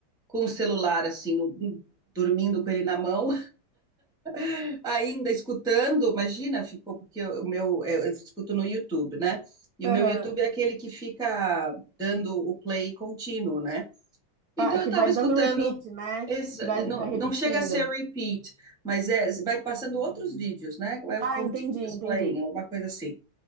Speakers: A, in the centre; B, on the right.
A: com o celular, assim, no- hum, dormindo com ele na mão, <laughs> ainda escutando. Imagina, ficou porque o meu eu, eu escuto no YouTube, né? E
B: Aham.
A: o meu YouTube é aquele que fica dando o play contínuo, né? Então
B: Ah,
A: eu
B: que
A: estava
B: vai
A: escutando,
B: dando repeat, né?
A: exa-
B: Que vai,
A: não,
B: vai
A: não
B: repetindo.
A: chega a ser repeat, mas é, vai passando outros vídeos, né? É
B: Ah,
A: o continuous
B: entendi, entendi.
A: playing, alguma coisa assim.